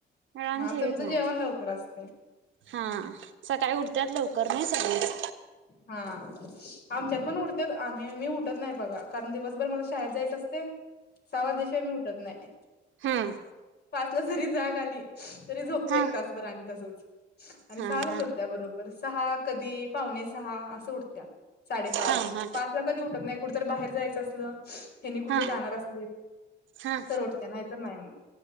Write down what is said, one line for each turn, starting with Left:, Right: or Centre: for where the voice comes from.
Right: वेळान
Left: हा
Right: जेवीत
Left: तुमचं
Right: नाही
Left: जेवण लवकर असतय.
Right: हा सकाळी उठत्यात लवकर नाही सगळेच.
Left: हा आमच्यात पण उड पण आम्ही मी उठत नाही बघा कारण दिवसभर मला शाळेत जायचं असतयं. सहा वाजल्याशिवाय मी उठत नाही.
Right: हम
Left: पाचला जरी जाग आली तरी झोपतो
Right: हा
Left: एक तासभर आणि तसच. आणि
Right: हा
Left: सहा लाच
Right: हा
Left: उठत्या बरोबर सहा कधी पावणे सहा असं उठत्या. साडेपाच
Right: हा हा
Left: पाच ला कधी उठत नाही कुठ तर बाहेर जायचं असलं. हेनी कुठतर
Right: हा
Left: जाणार असलीत
Right: हा
Left: तर उटत्या नाही तर नाही मग